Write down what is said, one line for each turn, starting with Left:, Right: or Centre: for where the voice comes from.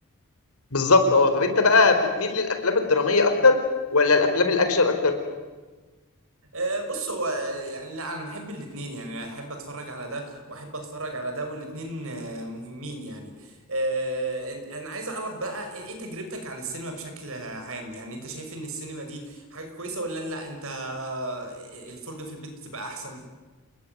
Left: بالظبط اه طب انت بقى بتميل للافلام الدراميه اكتر ولا الافلام الاكشن اكتر
Right: آه، بص هو آه، يعني لا انا بحب الاتنين يعني احب اتفرج على ده واحب اتفرج على ده والاتنين آه، مهمين يعني آه، أنت- انا عايز اعرف بقى ايه إيه تجربتك عن السينما بشكل عام يعني انت شايف ان السينما دي حاجة كويسة ولا لا انت آه، الفرجة في البيت بتبقى احسن